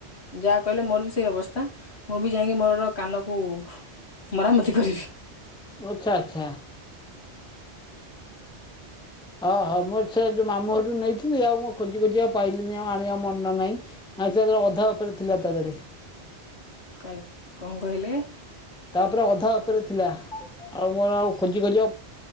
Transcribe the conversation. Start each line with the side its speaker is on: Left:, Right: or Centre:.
Left: ଯାହା କଇଲେ ମୋର ବି ସେଇ ଅବ ସ୍ତା ମୁଁ ବି ଯାଇକି ମୋର କାନକୁ ମରାମତି କରିବି।
Centre: ଆଚ୍ଛା ଆଚ୍ଛା ହଁ ହଁ ମୋର ସେ ଯୋଉ ମାମୁ ଘର କୁ ନେଇଥିଲି ଆଉ ମୁଁ ଖୋଜି ଖୋଜି ଆଉ ପାଇଲିନି ଆଉ ଆଣିବା ମନ ନାହିଁ ଆଛା ଯୋଉ ଅଧା ଉପରେ ଥିଲା ତା ଦେହରେ।
Left: ଆ କଣ କହିଲେ?
Centre: ତା ଉପରେ ଅଧା ଉପରେ ଥିଲା ଆଉ ମୋର ଆଉ ଖୋଜି ଖୋଜିି